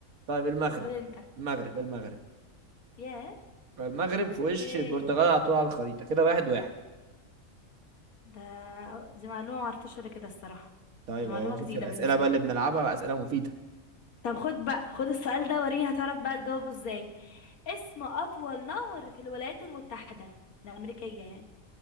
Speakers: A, on the right; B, on the left.
A: طيب المغرب
B: قول انت
A: المغرب المغرب
B: ياه
A: المغرب
B: اوكي
A: في وش البرتغال على طول على الخريطه كده واحد واحد
B: ده دي معلومة معرفتهاش ولا كده الصراحة
A: طيب
B: دي معلومة
A: اهو شفتي
B: جديدة
A: الاسئله
B: بالنسبة
A: بقى
B: لي
A: اللي بنلعبها بقى اسئله مفيده
B: طب خد بقى خد السؤال ده وريني هتعرف بقى تجاوبه ازاي اسم اطول نهر في الولايات المتحدة الامريكية يعني